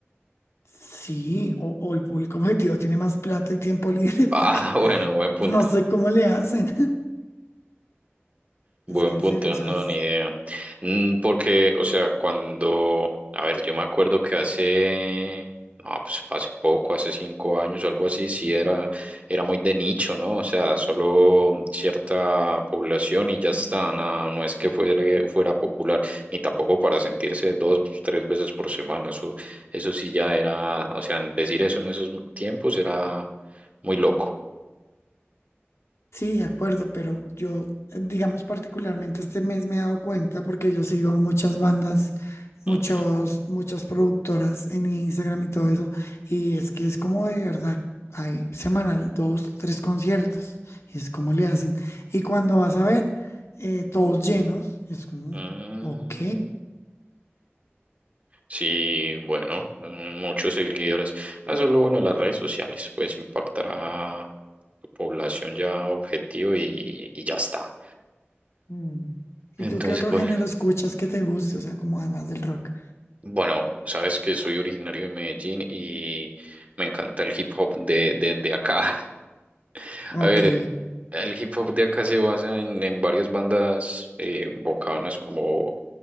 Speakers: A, on the left; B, on the right.
A: Sí, o, o el público objetivo tiene más plata y tiempo libre <laughs> porque
B: Ah, <laughs> bueno, buen punto.
A: no sé cómo le hacen.
B: Buen
A: Es que en
B: punto,
A: serio, o sea,
B: no,
A: s-
B: ni idea. Mm, Porque, o sea, cuando, a ver, yo me acuerdo que hace, no, pues hace poco, hace cinco años o algo así, sí era, era muy de nicho, ¿no? O sea, solo cierta población y ya está, nada, no es que fuera, fuera popular, ni tampoco para sentirse dos, tres veces por semana, eso, eso sí ya era, o sea, decir eso en esos tiempos era muy loco.
A: sí, de acuerdo, pero yo, eh, digamos, particularmente este mes me he dado cuenta porque yo sigo muchas bandas, muchos,
B: Ujú.
A: muchas productoras en Instagram y todo eso, y es que es como de verdad, hay semanal dos, tres conciertos, y es como le hacen. Y cuando vas a ver, eh, todos llenos, es como,
B: Mm.
A: ok.
B: Sí, bueno, mm, muchos seguidores. Ah, Eso es lo bueno de las redes sociales, pues impactar a tu población ya objetivo y, y ya está.
A: mm.
B: Entonces,
A: ¿Y tú qué otro
B: pues,
A: género escuchas que te guste? O sea, como además del rock.
B: bueno, sabes que soy originario de Medellín y me encanta el hip hop de, de, de acá. <laughs>
A: Ok.
B: A ver, el hip hop de acá se basa en, en varias bandas eh, bocanas como